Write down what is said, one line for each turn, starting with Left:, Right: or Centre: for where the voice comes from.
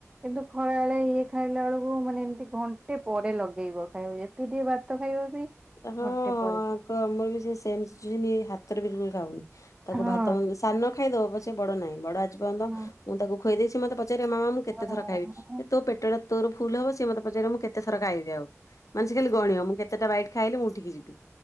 Right: କିନ୍ତୁ ଖରାବେଳେ ଇଏ ଖାଇଲା ବେଳକୁ ମାନେ ଏମିତି ଘଣ୍ଟେ ପରେ ଲଗେଇବ ଖାଇବ ଏତ୍ ସିଏ ଟିକେ ଭାତ ଖାଇବ ବି
Left: ହଁଁ,
Right: ଘଣ୍ଟେ ପରେ
Left: ଆଙ୍କ ଆମର ବି ସେମ୍ ଶିଚୁଏସନ ଇଏ ହାତରେ ବିଲ୍ କୁଲ ଖାଉନି ତାକୁ
Right: ହଁ
Left: ଭାତ ମନ୍ଦ୍ ସାନ ଖାଇଦବ ପଛେ ବଡ ନାହିଁ, ବଡ ଆଜି ପର୍ଯ୍ୟନ୍ତ
Right: ହଁ
Left: ମୁଁ ତାକୁ ଖୋଇ ଦେଇଛି, ମତେ ପଚାରିବ ମାମା ମୁଁ କେତେଥର
Right: ହଁ
Left: ଖାଇବି। ଯେ ତୋ ପେଟ ଟା ତୋର ଫୁଲ୍ ହବ ସିଏ ମତେ ପଚରିବ ମୁଁ କେତେଥର ଖାଇବି ଆଉ ମାନେ ଖାଲି ଗଣିବ ମୁଁ କେତେଟା ବାଇଟ ଖାଇଲେ ମୁଁ ଉଠିକି ଯିବି